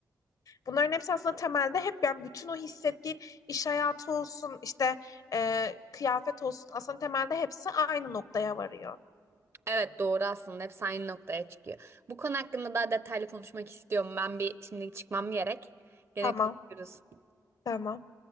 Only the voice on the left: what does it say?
Bunların hepsi aslında temelde hep yani bütün o hissettiğin iş hayatı olsun işte eee, kıyafet olsun aslında temelde hepsi aynı noktaya varıyor.
Tamam,
tamam.